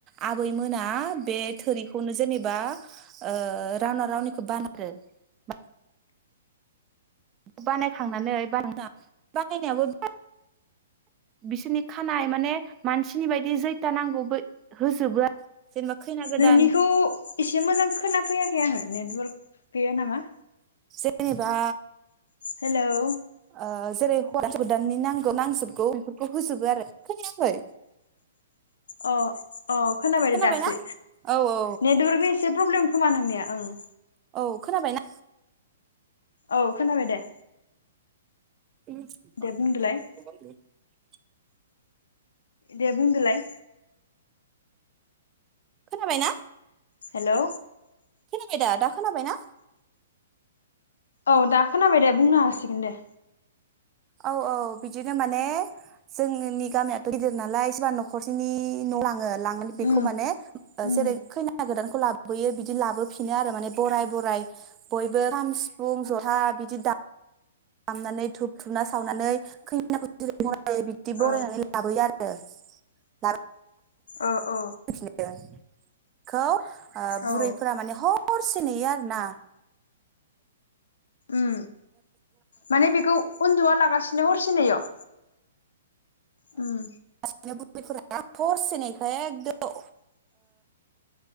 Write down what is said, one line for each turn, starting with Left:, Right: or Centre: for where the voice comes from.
Right: आ आबै मोना बे थोरिखौनो जेनेबा ओ रावना रावनिखौ <unintelligible> बानायखांनानै बानाय बानायनायाबो बिराद बिसोरनि खानाय माने मानसिनि बायदि जैथा नांगौबो होजोबो आरो जेनेबा खैना गोदान
Left: नोंनिखौ एसे मोजां खोना फैयाखै आङो नेटवारक गैया नामा
Right: जेनेबा
Left: हेलौ
Right: ओ जेरै गोदाननि नांगो नांजोबगौ बेफोरखौ होजोबो आरो खोनायाखै
Left: अ अ खोनाबाय
Right: खोनाबायना
Left: दे दासो
Right: औ औ
Left: नेटवारकनि एसे प्रब्लेम खोमा नोंनिया ओं
Right: औ खोनाबाय ना
Left: औ खोनाबाय दे
Right: <inaudible>
Left: दे बुंदोलाय दे बुंदोलाय
Right: खोनाबाय‌ ना
Left: हेलौ
Right: खोनबाय दा दा खोनाबायना
Left: औ दा खोनाबाय दे बुंनो हासिगोन दे
Right: औ औ बिदिनो माने जोंनि गामियाथ' गिदिर नालाय सोरबा नखरसेनि न' लाङो लाङो बेखौ
Left: उम
Right: माने ओ
Left: उम
Right: जेरै खैना गोदान खौ लाबोयो बिदि लाबोफिनो आरो माने बराय बराय बयबो खाम सिफुं जथा बिदि दा खामनानै धुुब धुना सावनानै खैनाखौ <unintelligible> ओ बिदि बरायनानै
Left: औ
Right: लाबोयो आरो ला
Left: औ औ
Right: <unintelligible> खौ ओ बुरैफोरा
Left: औ
Right: माने हर से नेयो आरो ना
Left: उम माने बेखौ उन्दुआ लागासिनो हरसे नेयो उम
Right: बिनो बुरैफोरा हरसे नेखायो एकदम ओ